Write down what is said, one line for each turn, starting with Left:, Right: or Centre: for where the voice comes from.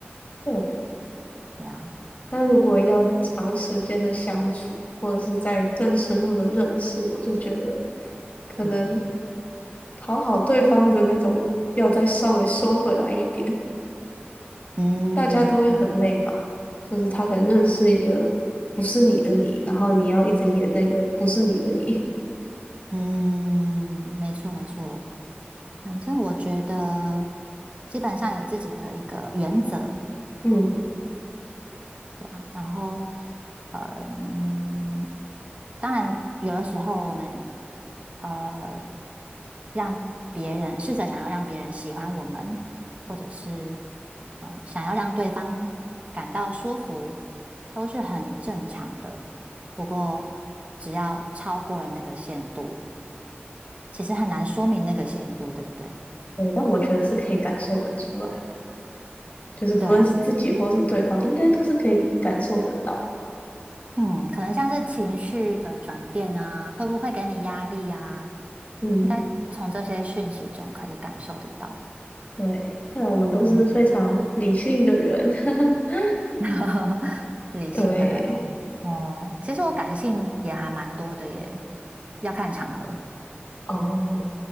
Left: 对。
Right: 对啊，
Left: 但如果要长时间的相处，或者是在更深入的认识，我就觉得可能
Right: 嗯
Left: 讨好对方的那种要再稍微收回来一点，
Right: 嗯嗯。
Left: 大家都会很累吧。
Right: 嗯
Left: 就是他可能认识一个不是你的你，然后你要一直演那个不是你的你。
Right: 嗯，没错没错，反正我觉得基本上有自己的一个原则，
Left: 嗯，
Right: 对啊，然后呃，嗯当然有的时候我们呃让别人试着想要让别人喜欢我们，或者是呃想要让对方感到舒服，都是很正常的。不过只要超过了那个限度。其实很难说明那个限度，对不对？
Left: 对，但我觉得是可以感受得出来的，就是不论是自己或是对方，
Right: 对啊，
Left: 应该都是可以感受得到。
Right: 嗯，可能像是情绪的转变啊，会不会给你压力啊？
Left: 嗯，
Right: 应该从这些讯息中可以感受得到。
Left: 对，看来我们都是非常理性的人。
Right: 嗯，
Left: <laughs>
Right: <laughs> 理性的人哦，
Left: 对，
Right: 哦，其实我感性也还蛮多的耶，要看场合。
Left: 哦，